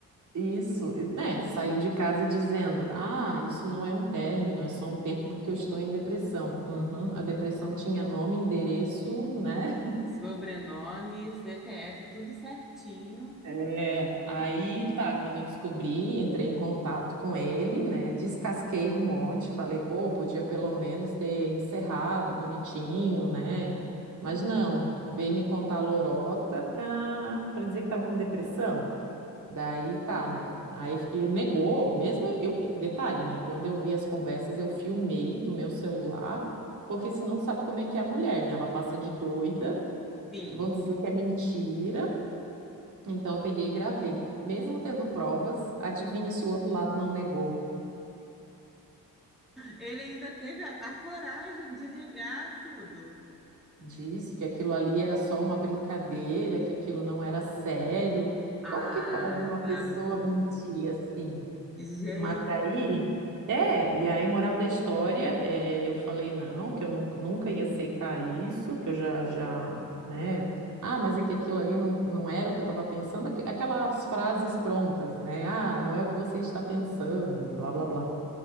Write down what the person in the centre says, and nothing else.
Sobrenome, CPF, tudo certinho.
Sim.
Ele ainda teve a, a coragem de negar tudo.
Ah,
tá
bom.
Gente,